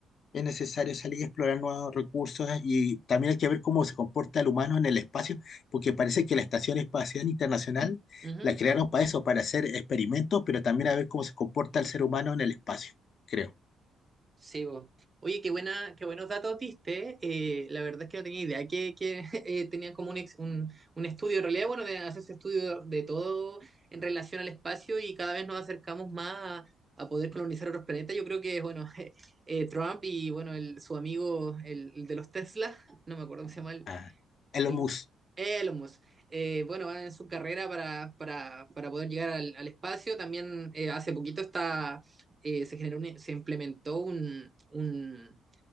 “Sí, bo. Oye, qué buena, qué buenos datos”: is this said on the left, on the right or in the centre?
Right